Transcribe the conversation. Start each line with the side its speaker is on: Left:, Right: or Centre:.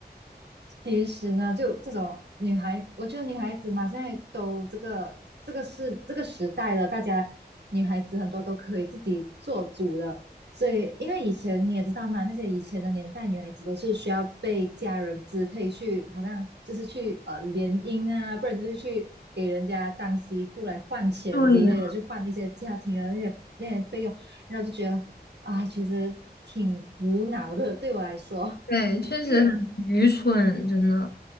Right: 其实呢，就这种女孩，我觉得女孩子嘛，现在都这个这个是这个时代了，大家女孩子很多都可以自己做主了。所以，因为以前你也知道嘛，那些以前的年代，女孩子都是需要被家人支配去，好像就是去呃联姻啊，不然就是去给人家当媳妇来换钱之类的，
Left: 对呀，
Right: 去换一些家庭的那些那些费用，然后就觉得啊，其实挺无脑的，对我来说。
Left: 对，确实很愚蠢，
Right: 因为
Left: 真的